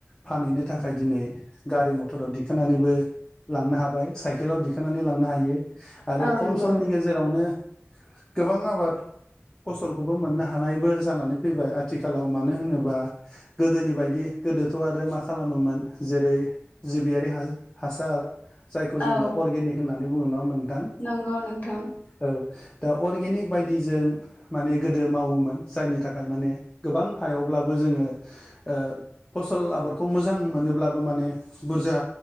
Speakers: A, on the left; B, on the left.
A: फानहैनो थाखाय दिनै गारि मथराव दिखांनानैबो लांनो हाबाय साइकेलाव दिखांनानै लांनो हायो आरो
B: औ
A: खम
B: नंगौ
A: समनि गेजेरावनो गोबां आबाद फसलखौबो मोननो हानायबो जानानै फैबाय आथिखालाव मानो होनोबा गोदोनि बायदि गोदोथ आरो मा खालामोमोन जेरै जिबियारि हासार जायखौ जोङो
B: औ
A: अर्गेनिक होननानै बुङो नङा होमबा नोंथां
B: नंगौ नोंथां
A: औ दा अर्गेनिक बायदिजों माने गोदो मावोमोन जायनि थाखाय माने गोबां हायावब्लाबो जोङो ओ फसल आबादखौ मोजां मोनोब्लाबो माने बुरजा